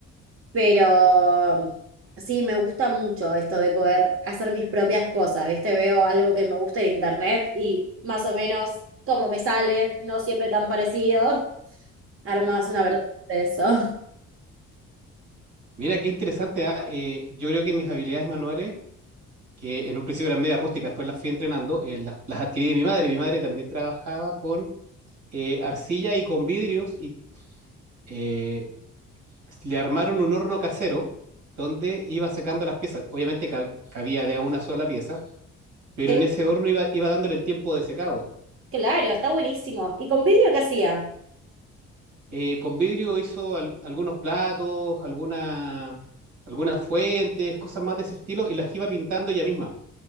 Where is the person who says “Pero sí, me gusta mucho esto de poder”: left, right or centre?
Right